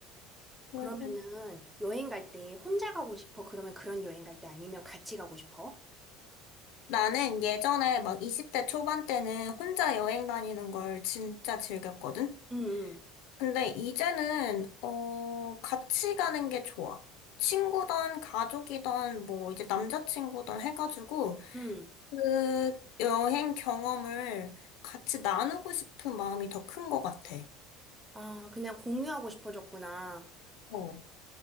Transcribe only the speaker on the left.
그래서
나는 예전에 막 20대 초반 때는 혼자 여행 다니는 걸 진짜 즐겼거든?
근데 이제는, 어, 같이 가는 게 좋아. 친구든 가족이든 뭐 이제 남자친구든 해가지고
그 여행 경험을 같이 나누고 싶은 마음이 더 큰 것 같아.
어.